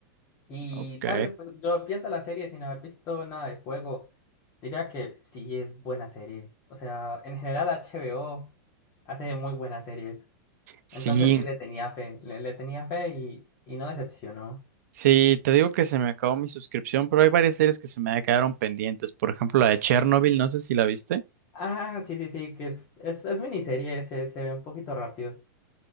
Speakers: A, on the left (about 25°); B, on the right (about 50°).
A: Y
B: Ok.
A: dale, pues yo viendo la serie sin haber visto nada del juego, diría que sí es buena serie. O sea, en general HBO hace muy buenas series.
B: Sí,
A: Entonces sí le tenía fe, le, le tenía fe y, y no decepcionó.
B: sí, te digo que se me acabó mi suscripción, pero hay varias series que se me quedaron pendientes. Por ejemplo, la de Chernobyl, no sé si la viste.
A: Ah, sí, sí, sí, que es, es, es miniserie, se, se ve un poquito rápido.